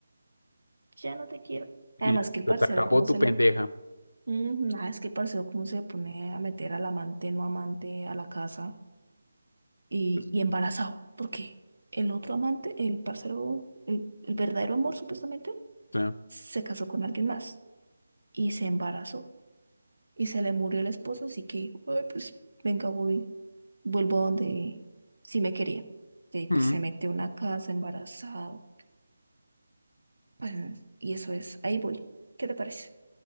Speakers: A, on the right (about 85°); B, on the left (about 80°).
A: ya no te quiero. Además
B: Y ya,
A: que el
B: se
A: parcero,
B: te acabó
A: ¿cómo
B: tu
A: se
B: pendeja.
A: le... Mm, nada, es que el parcero, ¿cómo se le pone a meter al amante, no amante, a la casa y,
B: Pues,
A: y embarazado? Porque el otro amante, el parcero, el el verdadero amor supuestamente,
B: O sea,
A: se casó con alguien más y se embarazó. y se le murió el esposo, así que dijo, "Ay, pues venga, voy, vuelvo a donde sí me quería. Y pues
B: mm,
A: se metió en una casa embarazado. Pues, y eso es, ahí voy. ¿Qué te parece?